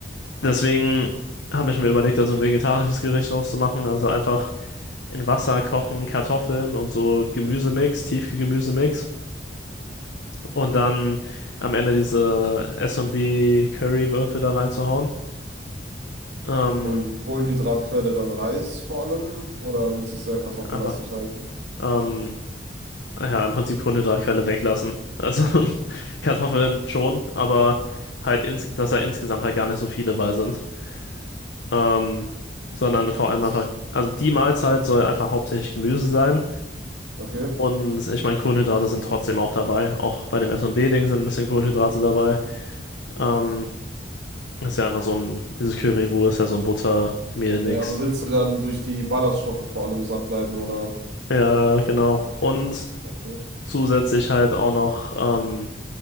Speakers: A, on the left; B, on the right.
A: deswegen habe ich mir überlegt, da so ein vegetarisches Gericht draus zu machen, also einfach in Wasser kochen, Kartoffeln und so Gemüsemix, Tiefkühlgemüsemix und dann am Ende diese S S&B Curry-Würfe da reinzuhauen. Ähm,
B: Und Kohlenhydratquelle dann Reis vor allem? Oder willst du es sehr kartoffellastig
A: einfach,
B: halten?
A: ähm, ja, im Prinzip Kohlenhydratquelle weglassen. Also <laughs> Kartoffeln schon, aber halt, ins, dass da insgesamt halt gar nicht so viele bei sind. Ähm, sondern vor
B: Willst,
A: allem einfach, also die Mahlzeit soll einfach hauptsächlich Gemüse sein.
B: okay.
A: Und ich meine, Kohlenhydrate sind trotzdem auch dabei. Auch bei dem S und B ding sind ein bisschen Kohlenhydrate dabei. Ähm, ist ja einfach so ein, dieses Curry-Roux ist ja so ein Butter-Mehl-Mix.
B: Ja, aber willst du dann durch die Ballaststoffe vor allem satt bleiben, oder?
A: Ja, genau. Und
B: Okay.
A: zusätzlich halt auch noch ähm,